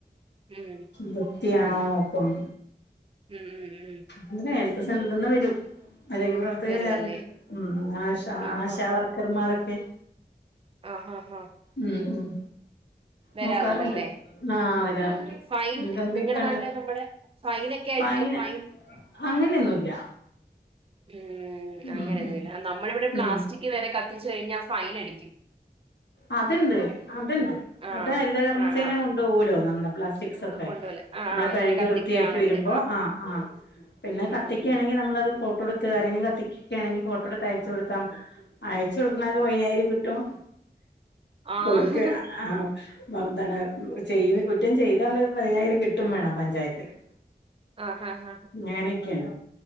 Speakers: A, on the right (about 35°); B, on the left (about 85°).
A: ഉം
B: വൃതിയാണോ നോക്കും.
A: ഉം ഉം ഉം
B: അതെന്നെ ഹെൽത്ത് സെന്റർ ന്ന് വരും. ആരോഗ്യപ്രവർത്തക
A: വരുവല്ലേ
B: വരാറുണ്ട്. ഉം ആശ
A: ആഹ്
B: ആശ
A: ആഹ്
B: ക്കർ മാരൊക്കെ.
A: ആഹ് ആഹ് ആഹ്
B: ഉം ഉം
A: വരാറുണ്ടല്ലേ.
B: നോക്കാറുണ്ട് ആഹ് വരാറുണ്ട്
A: ഉം ഫൈൻ
B: എന്തൊക്കെയുണ്ട്
A: നിങ്ങളുടെ നാട്ടിലൊക്കെ വടെ ഫൈൻ ഒക്കെ അടക്കോ?
B: Fine
A: fine.
B: അങ്ങനെയൊന്നുല്ല.
A: ഉം
B: ഉം
A: അങ്ങനൊന്നുല്ല.
B: ഉം
A: നമ്മളിവിടെ പ്ലാസ്റ്റിക്
B: ഉം
A: വരെ കത്തിച്ച് കഴിഞ്ഞാൽ ഫൈൻ അടിക്കും.
B: അത്ണ്ട്. അത്ണ്ട്.
A: ആഹ്
B: അത് ഹരിതകർമ്മസേന
A: ആഹ് ആഹ്
B: കൊണ്ടുപോകലോ നമ്മുടെ പ്ലാസ്റ്റിക്സ്ക്കെ.
A: കൊണ്ടുപോവൂല ആഹ്
B: നമ്മളെ
A: ആഹ് അങ്ങനെ
B: കഴുകി
A: കത്തിക്കാണെങ്കില്
B: വൃത്തിയാക്കി വരുമ്പോ ആഹ് ആഹ്. പിന്നെ
A: ഉം
B: കത്തിയ്ക്കയാണെങ്കി
A: ഉം ഉം
B: നമ്മളത് ഫോട്ടോ എടു ആരെങ്കി കത്തിക്കൊക്കെ ആണെങ്കി ഫോട്ടോ എടു തയച്ച കൊടുതാ അയച്കൊടുക്കണ ആൾക്ക് പതിനായിരം കിട്ടും.
A: ആഹ്
B: കൊടുക്ക ആഹ് അപ്പ എന്താണ് ചെയ്ത് കുറ്റം ചെയ്ത ആള് പതിനായിരം കേട്ടും വേണം പഞ്ചായത്തില്.
A: ആഹ്
B: ഞാനൊക്കെയാണ്.